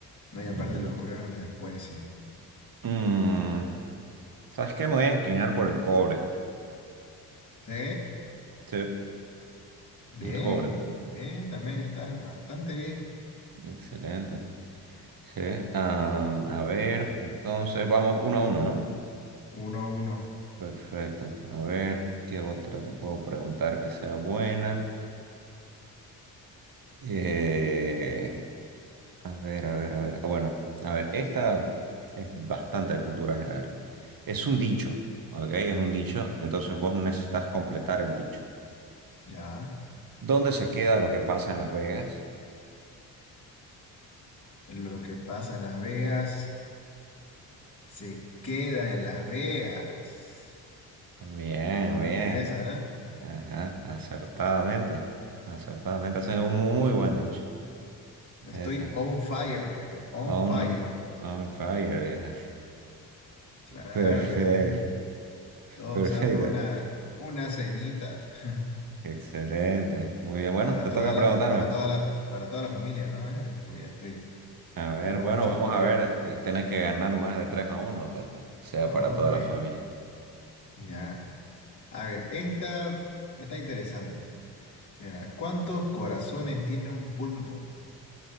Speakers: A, on the left (about 35°); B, on the right (about 45°).
A: No, y
B: Mm,
A: aparte lo descubrieron después, sí.
B: mm, ¿Sabes qué? Me voy a inclinar por el cobre.
A: ¿Sí?
B: Sí,
A: Bien,
B: el cobre.
A: bien, también está bastante bien.
B: Excelente. Sí, ah, a ver, entonces vamos uno a uno, ¿no?
A: Uno a uno.
B: Perfecto. A ver, ¿qué otra te puedo preguntar que sea buena? Eh, a ver, a ver, a ver. Ah, Bueno, a ver, esta es bastante de cultura general. Es un dicho, ¿ok? Es un dicho, entonces vos necesitas completar el dicho.
A: Ya.
B: ¿Dónde se queda lo que pasa en Las Vegas?
A: Lo que pasa en Las Vegas se queda en Las Vegas.
B: Bien,
A: Yo creo
B: bien.
A: que es esa, ¿verdad?
B: Ajá, acertadamente. Acertadamente, ese es un muy buen dicho.
A: Estoy
B: Ese.
A: on fire, viejo. On
B: On,
A: fire.
B: on fire, vieja.
A: Claro
B: Perfecto.
A: que sí. Todo
B: <laughs> Perfecto.
A: sea por una, una cenita <laughs>
B: Excelente. Muy bien. Bueno,
A: para
B: te
A: toda
B: toca
A: la,
B: preguntarme.
A: para toda la, para toda la familia, ¿no? Eh, Porque ya estoy,
B: A ver,
A: tengo
B: bueno,
A: mucho
B: vamos
A: apoyo.
B: a ver.
A: eh.
B: eh, Tenés que ganar más de 3 a uno para que sea
A: Ah,
B: para toda
A: Ok,
B: la familia.
A: ya. A ver, esta está interesante. Mira, ¿cuántos corazones tiene un pulpo?